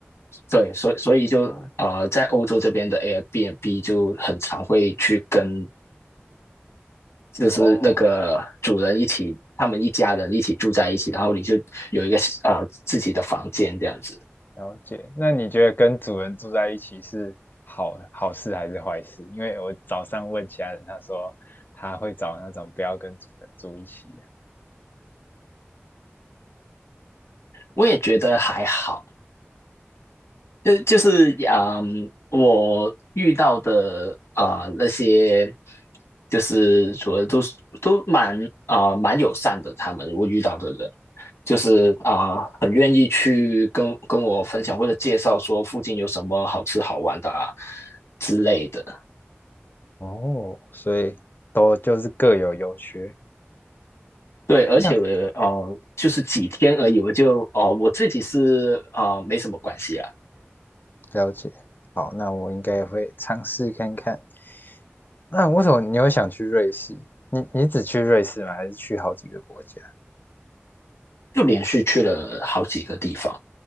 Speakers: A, on the left; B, on the left.
A: 对，所以所以就啊、呃在欧洲这边的 Airbnb 就很常会去跟就是那个主人一起，
B: 哦，
A: 他们一家人一起住在一起，然后你就有一个啊、呃自己的房间这样子。
B: 了解。那你觉得跟主人住在一起是好好事还是坏事？因为我早上问其他人，他说他会找那种不要跟主人住一起的。
A: 我也觉得还好，就就是嗯，我遇到的啊、那些，就是主要都是都蛮啊、蛮友善的，他们我遇到的人，就是啊、很愿意去跟跟我分享或者介绍说附近有什么好吃好玩的啊之类的。
B: 哦，所以都就是各有优缺。
A: 对，而且我呃就是几天而已，
B: 那
A: 我就哦、我自己是啊、没什么关系啊，
B: 了解，好，那我应该也会尝试看看。那为什么你会想去瑞士？你你只去瑞士吗？还是去好几个国家？
A: 就连续去了好几个地方。